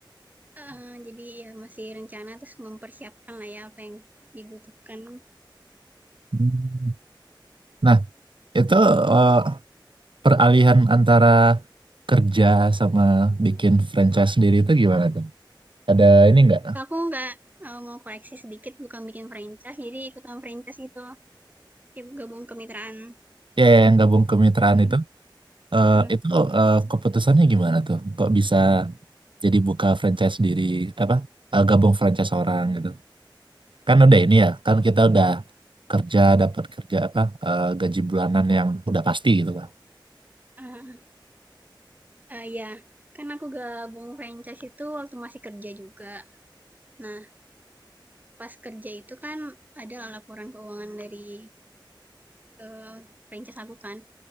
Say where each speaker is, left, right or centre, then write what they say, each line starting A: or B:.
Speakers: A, on the right (about 20°); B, on the right (about 75°).
A: Eee, jadi ya masih rencana, terus mempersiapkan lah ya apa yang dibutuhkan.
B: Hmm. Nah, itu eh, peralihan antara kerja sama bikin franchise sendiri itu gimana tuh? Ada ini enggak?
A: Aku nggak, eee, mau koleksi sedikit, bukan bikin franchise, jadi ikutan franchise gitu. Ya gabung kemitraan.
B: Ya, ya, yang gabung kemitraan
A: Mhm,
B: itu, eh,
A: mmm,
B: itu eh, keputusannya gimana tuh? Kok bisa jadi buka franchise sendiri, apa? eh, gabung franchise orang gitu? kan udah ini ya kan kita udah kerja dapat kerja apa eh, gaji bulanan yang udah pasti gitu kan
A: heeh, eee, iya. Kan aku gabung franchise itu waktu masih kerja juga. Nah, pas kerja itu kan ada laporan keuangan dari, eee, franchise aku kan.